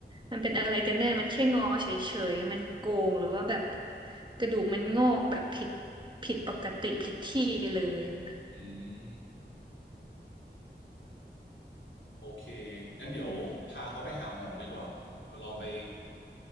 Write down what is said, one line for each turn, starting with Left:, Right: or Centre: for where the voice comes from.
Right: มันเป็นอะไรกันแน่มันแค่งอเฉยๆมันโกงหรือว่าแบบกระดูกมันงอกแบบผิดผิดปกติผิดที่ไปเลยอะ
Left: อืมโอเคงั้นเดี๋ยวพาเขาไปหาหมอดีกว่าเดี๋ยวลองไป